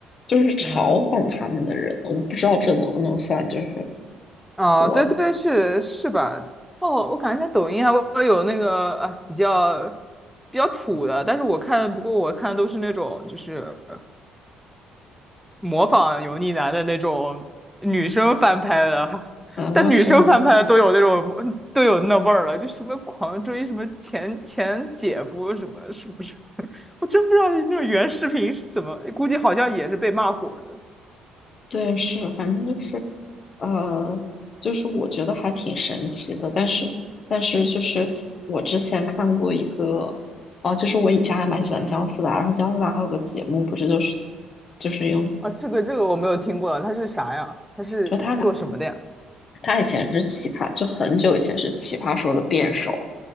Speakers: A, on the left; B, in the centre.
A: 就是嘲讽他们的人，
B: <laughs> 嗯。
A: 我不知道这能不能算就是
B: 啊，
A: 火，
B: 对对对，是是吧？哦，我感觉在抖音还会有那个啊，哎比较比较土的，但是我看，不过我看都是那种就是模仿油腻男的那种女生翻拍的，<laughs>
A: 啊，
B: 但女生翻拍的都有那种都有那味儿了，
A: 这样子。
B: 就什么狂追什么前前姐夫什么，是不是？<laughs> 我真不知道那种原视频是怎么，估计好像也是被骂火的。
A: 对，是，反正就是，呃，就是我觉得还挺神奇的，但是，但是就是我之前看过一个，哦、就是我以前还蛮喜欢姜思达，
B: 嗯嗯嗯，
A: 然后姜思达还有个节目，不是就是就是用，
B: 啊，这个这个我没有听过，他是啥呀？他是做什么的呀？
A: 就他拿他以前是奇葩，就很久以前是奇葩说的辩手，